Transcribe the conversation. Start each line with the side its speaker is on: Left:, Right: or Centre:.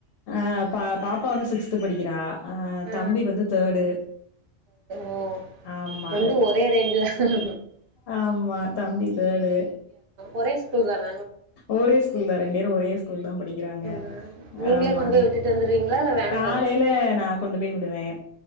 Left: ஆஹ் பா பாப்பா வந்து சிக்ஸ்த்து படிக்கிறா அஹ்
Right: ஆ
Left: தம்பி வந்து தேர்டு
Right: ஓ
Left: ஆமா
Right: ரெண்டும் ஒரே ரேஞ்சு தான்
Left: ஆ பா தம்பி தேடு
Right: ஒரே ஸ்கூல் தான
Left: ஒரேஸ்கூல் தா ரெண்டேரும் ஒரே ஸ் தான் படிக்கிறாங்க
Right: ம் நீங்களே
Left: ஆமா
Right: கொண்டு போய் விட்டுட்டு வந்துருவீங்களா இல்ல வேன்
Left: காலையில
Right: வருமா
Left: நா கொண்டு போய் விடுவேன்